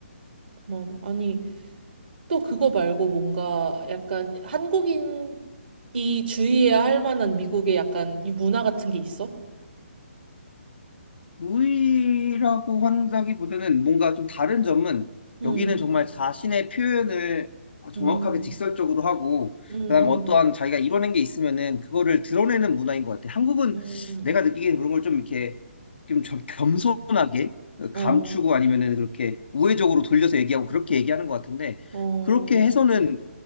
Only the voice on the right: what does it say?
그만. 아니, 또 그거 말고 뭔가 약간 한국인이 주의해야 할 만한 미국의 약간 이 문화 같은 게 있어?
음,
음,
음,
음,
음,
음. 어,
어,